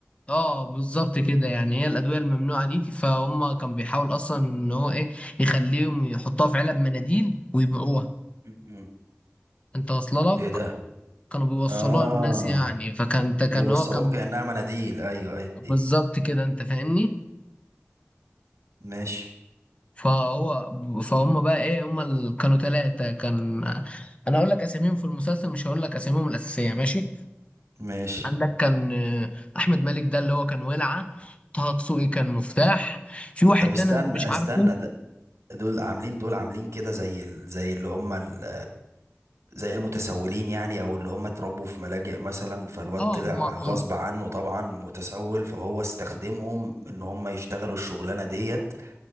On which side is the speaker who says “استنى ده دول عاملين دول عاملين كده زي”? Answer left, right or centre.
Right